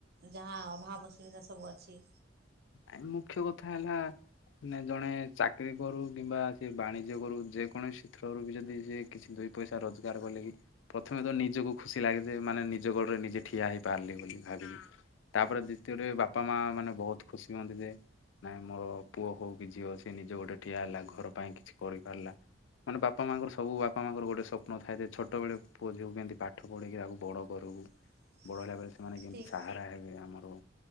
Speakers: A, on the right; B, on the left.
A: ଯାହା ଅଭାବ ଅସୁବିଧା ସବୁ ଅଛି
B: ଆ ମୁଖ୍ୟ କଥା ହେଲା ମାନେ ଜଣେ ଚାକିରୀ କରୁ କିମ୍ବା ସେବାଣିଜ୍ୟ କରୁ ଯେକୌଣସି କ୍ଷତ୍ରରୁବି ଯଦି କିଛି ଦୁଇ ପଇସା ରୋଜଗାର କଲେ କି ପ୍ରଥମେତ ନିଜକୁ ଖୁସି ଲାଗେଯେ ମାନେ ନିଜ ଗୋଡ଼ରେ ନିଜେ ଠିଆ ହେଇପାରିଲି ବୋଲି ଭାବିବି ହଁ। ତାପରେ ଦ୍ୱିତୀୟରେ ବାପା ମା ମାନେ ବହୁତ ଖୁସି ହୁଅନ୍ତି ଯେ ନାଇଁ ମୋର ପୁଅ ହଉ କି ଝିଅ ସେ ନିଜ ଗୋଡରେ ଠିଆ ହେଲା, ଘର ପାଇଁ କିଛି କରିପାରିଲା! ମାନେ ବାପା ମାଙ୍କର ସବୁ ବାପା ମାଆଙ୍କର ଗୋଟେ ସ୍ୱପ୍ନ ଥାଏ ଯେ ଛୋଟବେଳେ ପୁଅ ଝିଅକୁ କେମିତି ପାଠ ପଢ଼େଇକି ଆକୁ ବଡ଼ କରୁ!
A: <unintelligible>
B: ବଡ଼ ହେଲାବେଳେ ସେମାନେ କେମିତି
A: ଠିକ୍
B: ସାହାରା ହେବେ ଆମର!